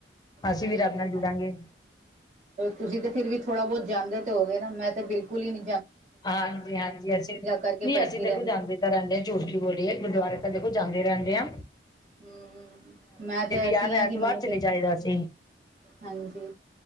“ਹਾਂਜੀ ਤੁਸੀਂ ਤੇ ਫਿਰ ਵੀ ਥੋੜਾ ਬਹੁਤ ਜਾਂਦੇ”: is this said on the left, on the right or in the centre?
Right